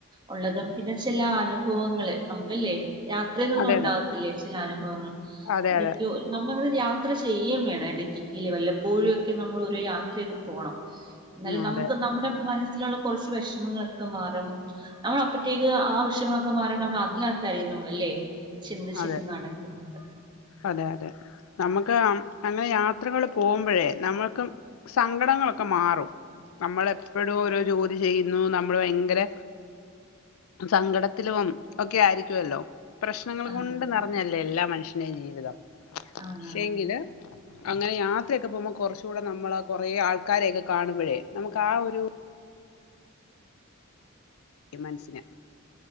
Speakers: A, on the right (about 20°); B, on the left (about 90°).
A: ഒള്ളതും പിന്നെ ചില അനുഭവങ്ങള് സംഭല്ലേ യാത്രയിലൊന്നും
B: അതെ
A: ഒണ്ടാവത്തില്ലേ
B: അതെ
A: ചില അനുഭവങ്ങള്
B: അതെ
A: അതൊക്കെ
B: അതെ
A: ഒരു നമ്മള് അങ്ങനൊരു യാത്ര ചെയ്യേ വേണം ഇടക്ക്ക്കില് വല്ലപ്പോഴും ഒക്കെ നമ്മള് ഓരോ യാത്രയൊക്കെ പോണം
B: <inaudible>
A: എന്നാല് നമുക്ക്
B: അതെ
A: നമ്മുടെ മനസ്സിലുള്ള കുറച്ച് വിഷമങ്ങളൊക്കെ മാറും നമ്മളപ്പഴത്തേക്ക് ആ വിഷമങ്ങളൊക്കെ മാറി നമ്മള് അതിനകത്ത് അറിയുന്നുള്ളേല്ലേ ചിന്തിച്ചിക്ക്
B: അതെ
A: നടക്കുന്നത്
B: അതെ അതെ നമുക്ക് അങ്ങനെ യാത്രകള് പോമ്പോഴേ നമ്മുക്ക് സങ്കടങ്ങളൊക്കെ മാറും നമ്മളപ്പെഴോരോ ജോ ഇത് ചെയ്യുന്നു നമ്മള് ഭയങ്കര സങ്കടത്തിലും ഒക്കെ ആയിരിക്കുവല്ലോ പ്രശനങ്ങള് കൊണ്ട്
A: ആണ്
B: നെറഞ്ഞല്ലേ എല്ലാ മനുഷ്യന്റെയും ജീവിതം
A: ആണ്
B: പക്ഷെങ്കില് അങ്ങനെ യാത്രയൊക്കെ പോകുമ്പോ കുറച്ചൂടെ നമ്മള് കൊറേ ആൾക്കാരെയൊക്കെ കാണുമ്പോഴേ നമുക്ക് ആ ഒരു ക്കും മനസ്സിന്